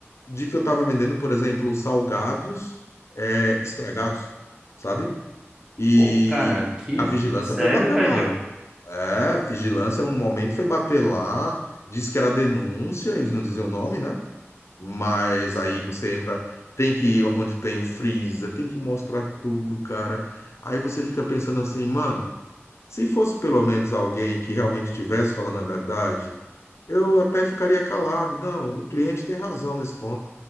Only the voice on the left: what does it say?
de que eu estava vendendo, por exemplo, salgados eh, estragados, sabe? E
a vigilância
foi bater
lá. É, a vigilância, um momento foi bater lá, disse que era denúncia, eles não diziam o nome, né? Mas
aí você entra, tem que ir onde tem o freezer, tem que mostrar tudo, cara. Aí você fica pensando assim, mano, se fosse pelo menos alguém que realmente estivesse falando a verdade, eu até ficaria calado. Não, o cliente tem razão nesse ponto.